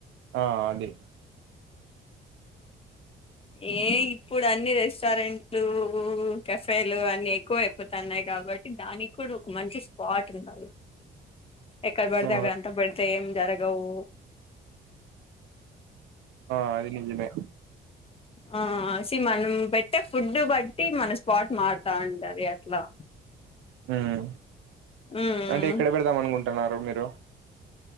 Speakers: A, on the right; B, on the left.
A: ఆ అదే
B: ఏ ఇప్పుడు అన్ని రెస్టారెంట్లు కఫేలు అన్ని ఎక్కువ అయిపోతాన్నాయి కాబట్టి దానికి కూడా ఒక మంచి స్పాట్ ఉంది ఎక్కడ పడితే
A: ఆ
B: అక్కడ అంత పడితే ఏం జరగవు
A: ఆ అది నిజమే
B: ఆ స మనం పెట్టే ఫుడ్ బట్టి మన స్పాట్ మారుతా ఉంటుంది అట్లా
A: ఉ
B: ఉమ్
A: అంటే ఎక్కడ పెడదాం అనుకుంటున్నారు మీరు